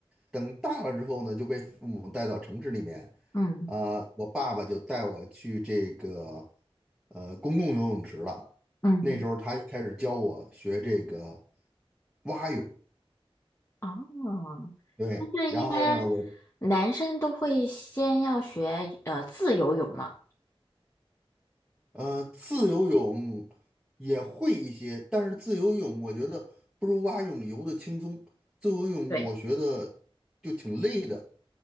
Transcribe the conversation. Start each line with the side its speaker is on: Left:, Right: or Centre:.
Centre: 等大了之后呢，就被父母带到城市里面，
Left: 嗯
Centre: 啊、我爸爸就带我去这个呃公共游泳池了。
Left: 嗯，
Centre: 那时候他就开始教我学这个蛙泳，
Left: 哦，
Centre: 对，
Left: 就是一般
Centre: 然后呢，我
Left: 男生都会先要学呃自由泳嘛。
Centre: 呃自由泳也会一些，但是自由泳我觉得不如蛙泳游的轻松。自由泳我学的就挺累的。
Left: 对，